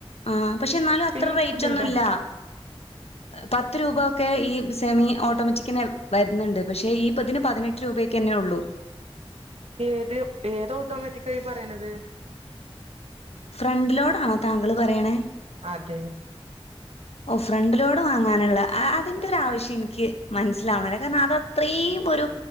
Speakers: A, on the left; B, on the right.
A: ആഹ പക്ഷെ എന്നാലും അത്ര
B: പിന്നെ
A: റേറ്റ്
B: ബുദ്ധിമുട്ടാ
A: ഒന്നുംല്ല പത്ത് രൂപൊക്കെ ഈ സെമി ഓട്ടോമാറ്റിക്കന്നെ വരുന്നുണ്ട് പക്ഷേ ഈ പതിന് പതിനെട്ട് രൂപയൊക്ക് തന്നെ ഉള്ളൂ
B: ഏത് ഏത് ഓട്ടോമാറ്റിക് ആയി പറയണുന്നത്
A: ഫ്രണ്ട് ലോഡ് ആണോ താങ്കൾ പറയണേ
B: അതെ
A: ഓ ഫ്രണ്ടിലോട് വാങ്ങാനുള്ള അതിന്റെ ഒരു ആവശ്യം എനിക്ക് മനസ്സിലാവണല്ലേ കാരണം അത് അത്രയും ഒരു